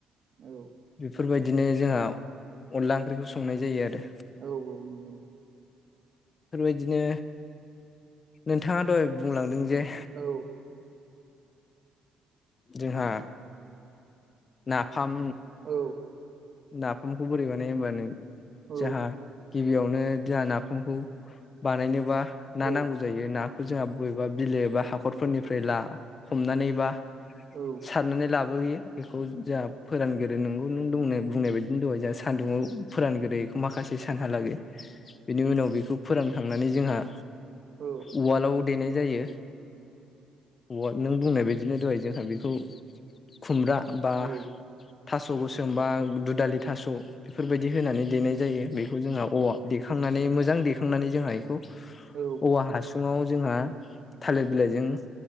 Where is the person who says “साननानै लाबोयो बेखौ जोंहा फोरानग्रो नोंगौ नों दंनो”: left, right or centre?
Left